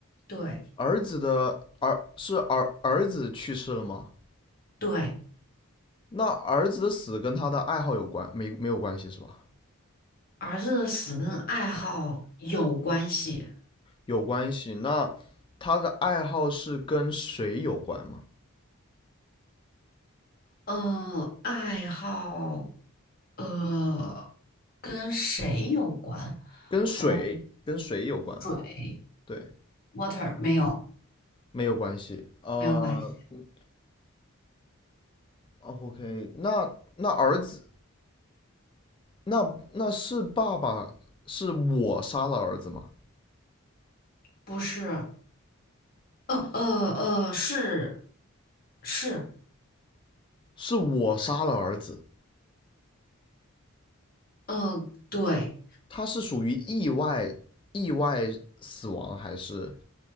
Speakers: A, on the left (about 40°); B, on the left (about 20°).
A: 对。
B: 儿子的儿是儿儿子去世了吗？
A: 对，
B: 那儿子的死跟他的爱好有关没没有关系是吧？
A: 儿子的死跟爱好有关系。
B: 有关系。那他的爱好是跟水有关吗？
A: 呃，爱好，呃，跟谁有关？
B: 跟水跟水有关吗？
A: 嗯、水
B: 对，
A: ，water 没有，
B: 没有关系。呃嗯
A: 没有关系。
B: o k 那那儿子那那是爸爸是我杀了儿子吗？
A: 不是，呃呃呃，是是，
B: 是我杀了儿子。
A: 呃，对
B: 他是属于意外意外死亡还是